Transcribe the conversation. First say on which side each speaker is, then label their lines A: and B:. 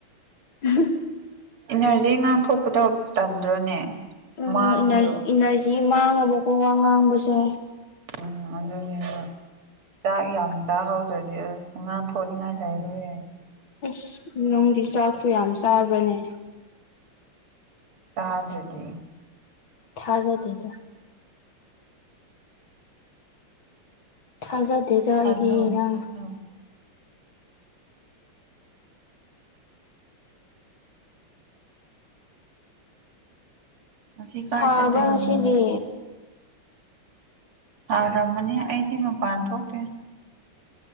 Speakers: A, on the left; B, on the right.
A: <unintelligible>
B: ꯏꯟꯅꯔꯖꯤ ꯉꯥꯡꯊꯣꯛꯄꯗꯣ ꯇꯟꯗ꯭ꯔꯣꯅꯦ
A: ꯑꯣ
B: ꯃꯥꯡꯗ꯭ꯔꯣ
A: ꯏꯟꯅꯔꯖꯤ ꯃꯥꯡꯉꯕꯀꯣ ꯋꯥ ꯉꯥꯡꯕꯁꯦ
B: ꯎꯝ ꯑꯗꯨꯅꯦꯕ ꯆꯥꯛ ꯌꯥꯝ ꯆꯥꯍꯧꯗ꯭ꯔꯗꯤ ꯑꯁ ꯉꯥꯡꯊꯣꯛꯅꯤꯡꯉꯥꯏ ꯂꯩꯔꯣꯏꯌꯦ
A: ꯑꯁ ꯅꯨꯡꯗꯤ ꯆꯥꯛꯁꯨ ꯌꯥꯝ ꯆꯥꯕ꯭ꯔꯥꯅꯦ
B: ꯆꯥꯗ꯭ꯔꯗꯤ
A: ꯊꯥꯖꯗꯦꯗ ꯊꯥꯖꯗꯦꯗ ꯑꯩꯗꯤ
B: ꯊꯥꯖꯧ
A: ꯅꯪ
B: ꯊꯥꯖꯧ ꯉꯁꯤ ꯀꯥꯏ
A: ꯁꯥꯕ꯭ꯔꯥ
B: ꯆꯠꯇꯣꯏꯅꯣ
A: ꯉꯁꯤꯗꯤ
B: ꯅꯪ ꯁꯥꯔꯃꯅꯤ ꯑꯩꯗꯤ ꯃꯄꯥꯟ ꯊꯣꯛꯇ